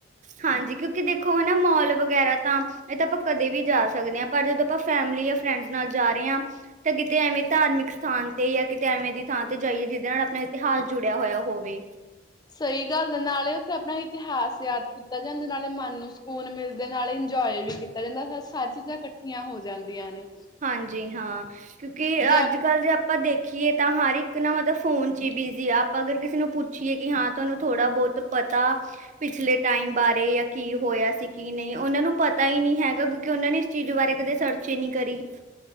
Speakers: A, on the right; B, on the left.
A: ਹਾਂਜੀ ਕਿਉਂਕਿ ਦੇਖੋ ਹਨਾ ਮੋਲ ਵਗੈਰਾ ਤਾਂ ਏ ਤਾਂ ਆਪਾਂ ਕਦੇ ਵੀ ਜਾ ਸਕਦੇ ਆ, ਪਰ ਜਦੋਂ ਆਪਾਂ ਫੈਮਲੀ ਜਾਂ ਫਰੈਂਡਸ ਨਾਲ ਜਾ ਰਏ ਆ ਤੇ ਕਿਤੇ ਐਵੇਂ ਧਾਰਮਿਕ ਸਥਾਨ ਤੇ, ਜਾਂ ਕਿਤੇ ਐਵੇਂ ਦੀ ਥਾਂ ਤੇ ਜਾਈਏ, ਜਿਦੇ ਨਾਲ ਆਪਣਾ ਇਤਿਹਾਸ ਜੁੜੇਆ ਹੋਏਆ ਹੋਵੇ।
B: ਸਈ ਗੱਲ ਨਾਲੇ ਓੱਥੇ ਆਪਣਾ ਇਤਿਹਾਸ ਯਾਦ ਕੀਤਾ ਜਾਂਦਾ ਨਾਲੇ ਮਨ ਨੂੰ ਸਕੂਨ ਮਿਲਦੇ ਨਾਲੇ ਇੰਜੋਏ ਵੀ ਕੀਤਾ ਜਾਂਦਾ ਸਾਰੀ ਚੀਜ਼ਾਂ ਇਕੱ ਇਕੱਠੀਆਂ ਹੋ ਜਾਂਦੀਆਂ ਨੇ।
A: ਹਾਂਜੀ ਹਾਂ ਕਿਉਂਕਿ
B: ਜੇ
A: ਅੱਜ
B: ਆਪਾਂ
A: -ਕੱਲ ਜੇ ਆਪਾਂ ਦੇਖੀਏ ਤਾਂ ਹਰ ਇੱਕ ਨਾ ਮਤਲਬ ਫੋਨ ਚ ਈ ਬਿਜੀ ਆ, ਆਪਾਂ ਅਗਰ ਕਿਸੇ ਨੂੰ ਪੁੱਛੀਏ ਕਿ ਹਾਂ ਤੁਆਨੂੰ ਥੋੜ੍ਹਾ ਬੋਤ ਪਤਾ ਪਿਛਲੇ ਟਾਈਮ ਬਾਰੇ ਜਾਂ ਕੀ ਹੋਇਆ ਸੀ, ਕੀ ਨੀ, ਓਨਾਂ ਨੂੰ ਪਤਾ ਈ ਨਹੀਂ ਹੈਗਾ ਕਿਉਂਕਿ ਓਨਾਂ ਨੇ ਚੀਜ਼ ਬਾਰੇ ਕਦੇ ਸਰਚ ਈ ਨਈ ਕਰੀ।